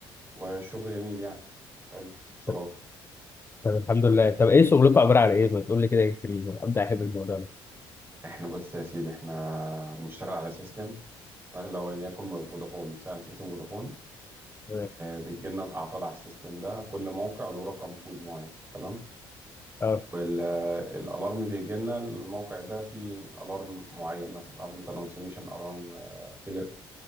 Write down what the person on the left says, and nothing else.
طب طب الحمد لله طب ايه شغلكم عباره عن ايه ما تقول لي كده يمكن ابدا احب الموضوع ده
تمام.
اه